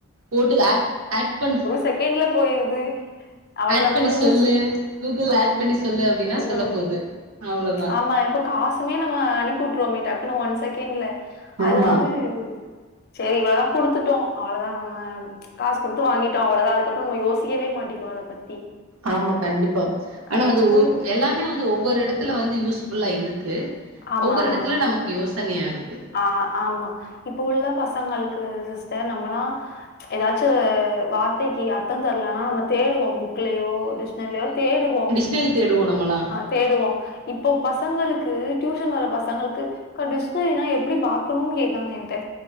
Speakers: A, on the right (about 70°); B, on the left (about 45°).
A: போட்டு் ஆட் ஆட் பன்
B: செக்கெண்டுல போயிருது அவ்ளத
A: ஆட் பண்ணி
B: முடிஞ்சிச்சி
A: சொல்லு கூகுள்
B: ஆமா
A: ஆட் பண்ணி சொல்லு அப்டின்னா
B: ம்
A: சொல்ல
B: ம்
A: போது அவ்ளோதா
B: ஆமா இப்ப காஸ் மே நம்ம அனுப்பிட்டுருவோமே டக்குனு ஒன் செகண்ட்ல அது
A: ஆமா
B: வந்து சேரி இவ்வளதா குடுத் துட்டோ அவ்ளோதா நம்ம காச குடுத்து வாங்கிட்டோ அவ்ளோதா அதுக்கப்பறோ யோசிக்கவே மாட்க்றோ அத பத்தி
A: ஆமா கண்டிப்பா ஆனா
B: அ
A: அது
B: இப்போ
A: ஒர்
B: உள்ள
A: எல்லாமே வந்து ஒவ்வொரு எடத் டத்துல வந்து யூஸ்புல்லா இருக்கு
B: ஆமா,
A: ஒவ்வொரு
B: ஆமா.
A: எடத்துலு நமக்கு யோசனயா இருக்கு
B: ஆ ஆமா இப்ப உள்ள பசங்களுக்கு சிஸ்டர் நம்மளா ஏதாச்சூ வார்த்தைக்கி அர்த்த தெர்லனா நம்ம தேடுவோ புக் லியோ டிக்ஷ்ணரிலியோ தேடுவோ
A: இப்ப எதுக்கு தேடுவோ நம்மலா
B: தேடுவோ இப்போ பசங்களுக்கு டியூஷன் வர பசங்களுக்கு அக்கா டிக்ஷனரினா எப்டி பாக்கணூ கேக்காங்க என்ட்ட